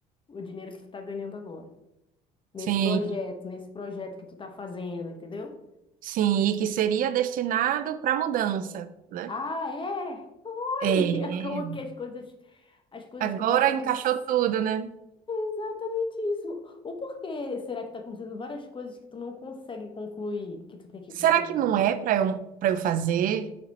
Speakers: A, on the left (about 30°); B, on the right (about 60°).
A: O dinheiro que tu tá ganhando agora. Nesse
B: Sim.
A: projeto, nesse projeto que tu tá fazendo, entendeu?
B: Sim, e que seria destinado para mudança, né?
A: Ah, é? <laughs> Olha
B: É,
A: como que as coisas, as coisas
B: agora
A: começam.
B: encaixou
A: s-
B: tudo, né?
A: Exatamente isso. O porquê será que está acontecendo várias coisas que tu não consegue concluir, que tu tem que
B: Será
A: concluir?
B: que não é para eu, para eu fazer?